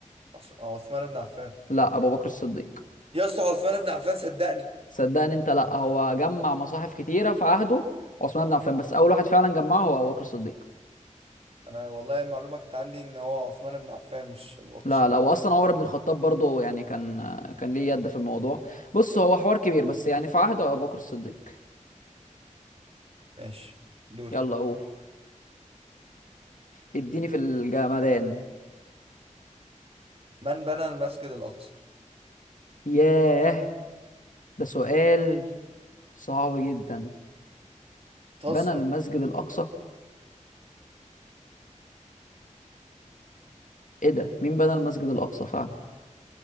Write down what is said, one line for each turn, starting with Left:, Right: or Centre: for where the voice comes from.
Right: عث- عثمان بن عفان
Left: لا أبو بكر الصديق
Right: يا اسطى عثمان بن عفان صدقني
Left: صدقني انت لا هو جمع مصاحف كتيرة في عهده عثمان بن عفان بس أول واحد فعلا جمعه هو أبو بكر الصديق
Right: أنا والله المعلومة كانت عندي إن هو عثمان بن عفان مش أبو بكر
Left: لا
Right: الصديق
Left: لا وأصلا عمر بن الخطاب برضه يعني كان كان ليه يد في الموضوع بص هو حوار كبير بس يعني في عهده أبو بكر الصديق
Right: ماشي دوري
Left: يلا قول اديني في الجمدان
Right: من بنى المسجد الأقصى؟
Left: ياه ده سؤال صعب جدا
Right: تهزر
Left: بنى المسجد الأقصى ايه ده مين بنى المسجد الأقصى فعلا